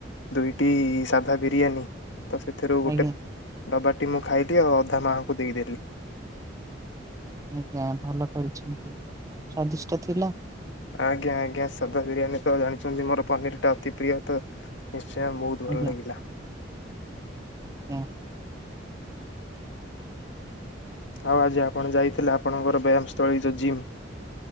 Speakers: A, on the left; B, on the right.
A: ଦୁଇଟି ସାଧା ବିରିୟାନୀ ତ ସେ ଥିରୁ ଗୋଟେ
B: ଆଜ୍ଞା।
A: ଡବାଟି ମୁଁ ଖାଇଲି ଆଉ ଅଧା ମାଙ୍କୁ ଦେଇଦେଲି।
B: ଆଜ୍ଞା ଭଲ କରିଛନ୍ତି ସ୍ଵାଦିଷ୍ଟ ଥିଲା।
A: ଆଜ୍ଞା ଆଜ୍ଞା ସାଧା ବିରିୟାନୀ ତ ଜାଣିଛନ୍ତି ମୋର ପନିର ଟା ଅତି ପ୍ରିୟ ତ ନିଶ୍ଚୟ ବହୁ ଭଲ
B: ଆଜ୍ଞା
A: ଲାଗିଲା।
B: ଆଜ୍ଞା।
A: ଆଉ ଆଜି ଆପଣ ଯାଇଥିଲେ ଆପଣଙ୍କର ବ୍ୟାୟାମସ୍ଥଳୀ ଯୋଉ ଜିମ୍।